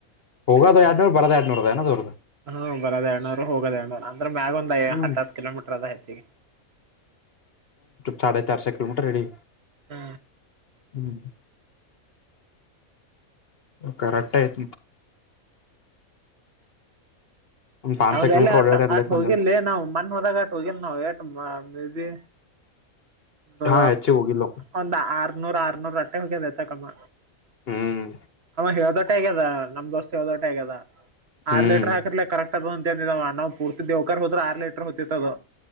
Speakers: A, on the left (about 50°); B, on the right (about 50°).
A: ಹೋಗೋದು ಎಡ್ನೂರ ಬರದ ಎರಡ್ನೂದ ನ ಅದು
B: ಹ್ಮ್ ಬರೋದ ಎರಡು ನೂರು ಹೋಗೋದ ಎರಡು ನೂರು ಅಂದ್ರ ಮ್ಯಾಗ ಒಂದ್
A: ಹ್ಮ್
B: ಹತ್ತತ್ ಕಿಲೋಮೀಟರ್ ಅದ ಹೆಚ್ಚಿಗೆ
A: ಸಾಡೆ ಚಾರ ಸೆ ಕಿಲೋಮೀಟರ್ ಹಿಡಿ
B: ಹಾ
A: ಹ್ಞೂ ಕರೆಕ್ಟಯ್ನ ಒಂದ್ ಪಾನ್ಸೆ
B: ಹೌದೆಲ್ಲ
A: ಕಿಲೋಮೀಟರ್
B: ಆಟ
A: ಓಡಾಡಿರ್ಲಿ
B: ಆಟ
A: ಸಂಜೆ
B: ಹೋಗಿಲ್ಲೇ ನಾವು ಮಣ ಹೋದಾಗ ಆಟ ಹೋಗಿಲ್ ನಾವು ಮೇಬಿ ಒ
A: ಹಾ ಹೆಚ್ಚಿಗ್ ಹೋಗಿಲ್ಲ
B: ಒಂದ್ ಆರ್ನೂರ್ ಆರ್ನೂರ ಅಟ್ಟೆ ಹೋಗ್ಯದ ಹೇಚ್ಚಕ್ಕಮ್ಮ
A: ಹ್ಮ್
B: ಹೇಳದೋಟೆ ಆಗದ ನಮ್ ದೋಸ್ತ ಹೇಳದಷ್ಟೇ ಆಗ್ಯದ ಆರ್
A: ಹ್ಮ್
B: ಲೀಟರ್ ಹಾಕಿರ್ಲ ಕರೆಕ್ಟ್ ಅಂತಂದಿದವ ನಾವು ಪೂರ್ತಿ ದೇವಕರ್ ಹೋದ್ರ ಆರ್ ಲೀಟರ್ ಹೋತಿತ್ತ ಅದು